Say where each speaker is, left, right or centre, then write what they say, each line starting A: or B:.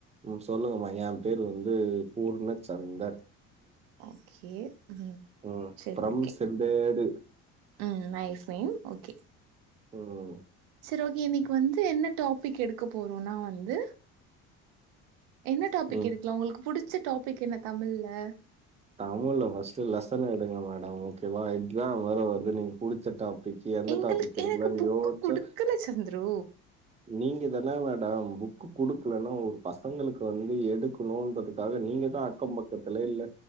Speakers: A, on the right; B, on the right.
A: ம் சொல்லுங்கமா ஏம் பேரு வந்து பூர்ண சந்தர்
B: ஓகே ம்
A: ம்.
B: Sir
A: from
B: okay
A: Sembedu.
B: ம் நைஸ் நைஸ் ஓகே
A: ம்
B: செரி ஓகே இன்னைக்கு வந்து என்ன டோப் பிக் எடுக்க போறோனா வந்து என்ன டாபிக்
A: ம்.
B: எடூக்லா உங்களுக்கு புடிச்ச டோபிக் என்ன தமிழ்ல
A: தமிழ்ல ஃபஸ்ட்டு லெசன் எடுங்க மேடம் ஓகேவா எக்ஸாம் வேர வருது நீங்க குடுத்துட்டா டிக்கி எந்த
B: எங்களுக்கு
A: டாபிக் எடுக்கனுன்னு
B: எனக்கு புக்கு
A: யோச்சு
B: குடுக்கல சந்துரு
A: நீங்க தான மேடம் புக் கு குடுக்கலன்னா ஒரு பசங்களுக்கு வந்து எடுக்கணுன்றதுக்காக நீங்கதா அக்கம் பக்கத்துல இல்ல